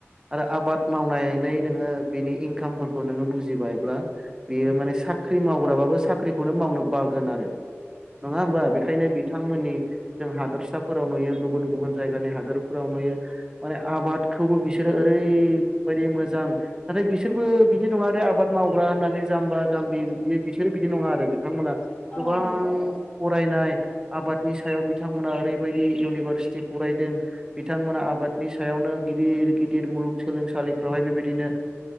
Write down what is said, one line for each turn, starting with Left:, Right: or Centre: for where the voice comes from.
Right: आरो आबाद मावनानै नोङो बेनि इनकामफोरखौ नोङो बुजिबायब्ला बेयो माने साख्रि मावग्राबाबो साख्रिखौनो मावनो बागोन आरो नङा होमबा
Left: औ
Right: बेखायनो बिथांमोननि जों हादोरसाफोराव नुयो गुबुन गुबुन जायगानि हादोरफोराव नुयो माने आबादखौबो बिसे बिसोरो ओरैबायदि मोजां नाथाय बिसोरबो बिदि नङा आरो आबाद मावग्रा होननानै जाम्बा जाम्बा जामबि बिसोर बिदि नङा आरो बिथांमोना गोबां
Left: औ नंगौ
Right: फरायनाय आबादनि सायाव बिथांमोना ओरैबायदि इउनिभारसिटि फरायदों बिथांमोना आबादनि सायाव गिदिर गिदिर गिदिर मुलुगसोलोंसालिफ्रावहाय बेबायदिनो